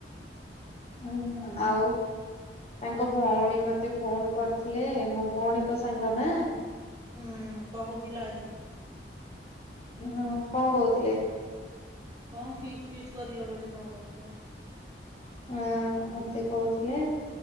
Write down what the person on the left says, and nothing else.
ହୁଁ ଆଉ। ତାଙ୍କ ଭଉଣୀ ମତେ ଫୋନ କରିଥିଲେ ମୋ ଭଉଣୀଙ୍କ ସାଙ୍ଗ ନା।
ହୁଁ କଣ କହୁଥିଲେ?
ହଁ ମତେ କହୁଥିଲେ?